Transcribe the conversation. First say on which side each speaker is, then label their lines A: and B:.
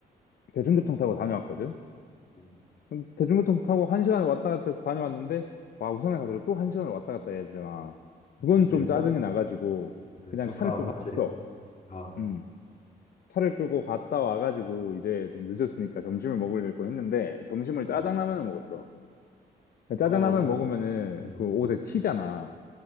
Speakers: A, on the left; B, on the left.
A: 대중교통 타고 다녀왔거든.
B: 음,
A: 음, 대중교통 타고 한 시간을 왔다 갔다 해서 다녀왔는데 와 우산을
B: 아,
A: 가지고 또 한 시간을 왔다 갔다 해야 되잖아.
B: 아,
A: 그건
B: 그치,
A: 좀
B: 까,
A: 짜증이 나가지고
B: 그치,
A: 그냥
B: 까까하지.
A: 차를 끌고 갔어.
B: 아,
A: 음. 차를 끌고 갔다 와가지고 이제 좀 늦었으니까 점심을 먹으려고 했는데 점심을 짜장라면을
B: 음,
A: 먹었어.
B: 어,
A: 짜장라면 먹으면은
B: 음,
A: 그 옷에 튀잖아.